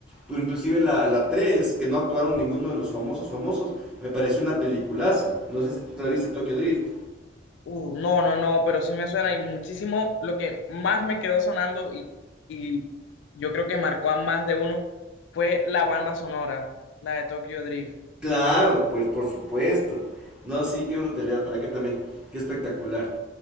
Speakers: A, in the centre; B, on the left.
A: Pero inclusive la, la 3 que no actuaron ninguno de los famosos famosos, me pareció una peliculaza. No sé si tú te la viste, Tokyo Drift.
B: Uh, no, no, no, pero sí me suena y muchísimo. Lo que más me quedó sonando y, y yo creo que marcó a más de uno fue la banda sonora, la de Tokyo Drift.
A: Claro, pues por supuesto. No, sí, qué brutalidad. ¿Para qué también? Qué espectacular.